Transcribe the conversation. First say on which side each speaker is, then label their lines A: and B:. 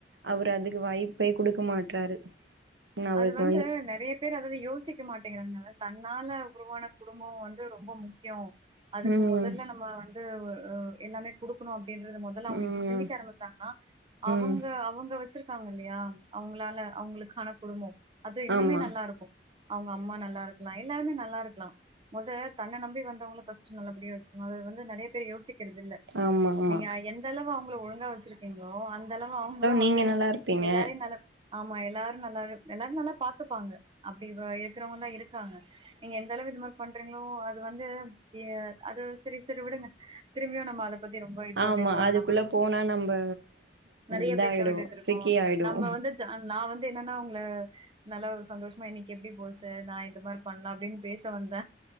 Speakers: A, on the right (about 85°); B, on the right (about 30°).
A: அவரு அதுக்கு வாய்ப்பே குடுக்க மாட்றாரு நா அவருக்கு
B: அது வந்து நெறைய பேர் அதவே யோசிக்க மாட்டேங்குறாங்கல தன்னால உருவான குடும்போ வந்து ரொம்ப முக்கியோ அதுக்கு
A: ம்
B: முதல்ல நம்ம வந்து எல்லாமே குடுக்குணு அப்டின்றது மொதல்ல அவங்க
A: ம்
B: இங்க சிந்திக்க ஆரம்பிச்சாங்கன்னா அவங்க
A: ம்
B: அவங்க வச்சிரு காங்க இல்லையா அவங்களால அவங்களுக்கான குடும்போ அது இன்னுமே
A: ஆமா
B: நல்லா இருக்கு அவங்க அம்மா நல்லா இருக் லைலா இருந்தா நல்லா இருக்லா மொத தன்ன நம்பி வந்தவங்கல ஃபர்ஸ்ட்டு நல்லபடியா வச்சுக்கலா அது வந்து நெறைய பேர் யோசிக் க்கிறதிஇல்ல
A: ஆமா ஆமா
B: நீங்க எந்த அளவு அவுங்கள ஒழுங்கா வெச்சிரு கிங்ளோ அந்த அளவு அவுங்களு
A: நீங்க
B: வந்து
A: நல்லா இருப்பீங்க
B: எல்லாரையு நல்ல ஆமா எல்லாரு நல்லா எல்லாரு நல்லா பாத்துப்பாங்க அப்டி இருக்கிறவங்கதா இருக்காங்க நீங்க எந்த அளவு இது மாரி பண்றீங்ளோ அது வந்து அது சேரி சேரி விடுங்க திரும்பியு நம்ம அத பத்தி ரொம்ப இதுவா
A: ஆமா
B: பேச வேணாமா
A: அதுக்குள்ள போனா நம்ப
B: நெறையா
A: இதாயிடுவோ
B: பேச வேண்டிது இரு
A: சிக்கி
B: கோ
A: ஆயிடுவோ
B: நம்ம வந்து நா வந்து என்னன்னா க்ல நல்லா சந்தோஷமா இன்னிக்கு எப்டி போச்சு நா இது மார் பண்லா அப்டின் பேச வந்த